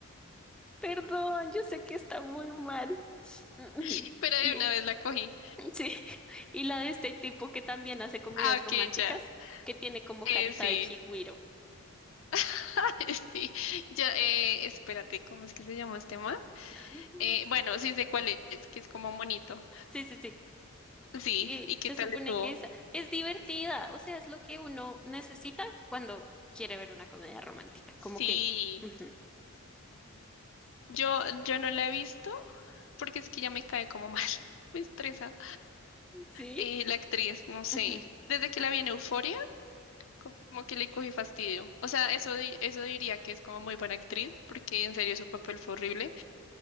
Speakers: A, in the centre; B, on the left.
A: Perdón, yo sé que está muy mal. Mm,
B: <laughs> Pero de
A: Y
B: una vez la cogí.
A: sí, <laughs> y la de este tipo que también hace comedias
B: Ah, ok,
A: románticas,
B: ya.
A: que tiene como
B: Eh,
A: carita
B: sí.
A: de chigüiro.
B: <laughs> Sí, ya, eh, espérate, ¿cómo es que se llama este man?
A: <laughs> Ay, no
B: Eh,
A: me acuerdo.
B: bueno, sí sé cuál es, que es como monito.
A: Sí, sí, sí.
B: Sí,
A: Y
B: ¿y qué
A: se
B: tal
A: supone
B: estuvo?
A: que esa es divertida, o sea, es lo que uno necesita cuando quiere ver una comedia romántica,
B: Sí,
A: como que, ujú,
B: yo, yo no la he visto porque es que ya me cae como mal, <laughs> me estresa.
A: sí,
B: Eh, la actriz, no sé,
A: ujú,
B: desde que la vi en Euforia, como que le cogí fastidio. O sea, eso, di- eso diría que es como muy buena actriz porque en serio su papel fue horrible.